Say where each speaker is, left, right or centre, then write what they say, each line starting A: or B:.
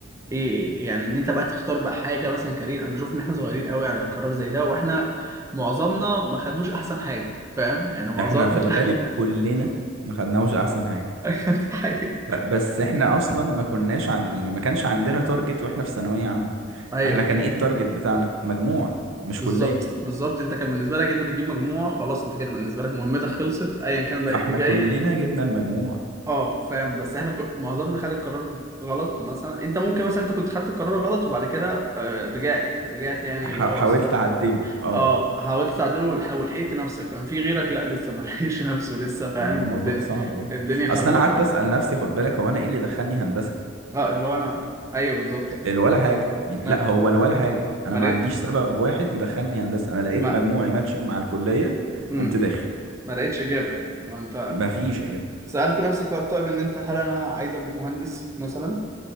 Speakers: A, on the right (about 15°); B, on the right (about 80°).
A: ايه يعني ان انت بقى تختار بقى حاجه مثلا كارير انا بشوف ان احنا صغيرين قوي على قرار زي ده واحنا معظمنا ما خدوش احسن حاجه فاهم يعني معظم
B: احنا في
A: <laughs>
B: الغالب كلنا ما خدناهوش احسن حاجة
A: كانت حاجه
B: ب- بس احنا اصلا ما كناش عن يعني ما كانش عندنا تارجت واحنا في ثانوية عامة
A: ايوه
B: احنا كان ايه التارجت بتاعنا مجموع مش
A: بالظبط
B: كلية
A: بالظبط انت كان بالنسبه لك انت بتجيب مجموع خلاص انت كده بالنسبه لك مهمتك خلصت ايا كان بقى
B: فاحنا
A: إيه اللي جاي
B: كلنا جبنا المجموع
A: اه فاهم بس احنا ك- معظمنا خد القرار غلط مثلا انت ممكن مثلا انت كنت خدت القرار غلط وبعد كده آه، رجعت رجعت يعني
B: ح-
A: اللي هو
B: حاولت اعدله اه
A: اه حاولت تعدله والح- ولحقت نفسك فاهم في غيرك لا لسه ما لحقش نفسه لسه فاهم
B: مع الموضوع
A: الدنيا
B: صعب برضه
A: الدنيا خربانه
B: اصل انا قعدت
A: معاه
B: اسال نفسي خد بالك هو انا ايه اللي دخلني هندسة
A: اه اللي هو انا ايوه بالظبط
B: الولا حاجة يعني
A: ما
B: لا هو الولا حاجة أنا
A: ما
B: ما
A: لقيت
B: عنديش سبب واحد يدخلني هندسة أنا لقيت
A: ما
B: مجموعي ماتشنج مع الكلية
A: مم.
B: قمت داخل
A: ما لقيتش اجابه يعني اللي هو انت
B: ما فيش إجابة
A: سالت نفسك هل طيب ان انت هل انا عايز ابقى مهندس مثلا